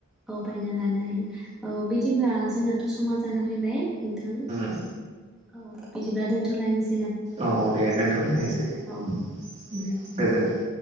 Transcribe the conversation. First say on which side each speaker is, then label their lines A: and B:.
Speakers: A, in the centre; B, on the right (about 30°).
A: औ बायना लानो हायो। औ बिदिब्ला जोङा थ' समा जाना फैबाय नोंथां।
B: औ
A: औ बिदि दिब्ला दोनथ'लायनो
B: औ दे दोनथ'लायनोसै दे
A: औ
B: दे गोजोनथों।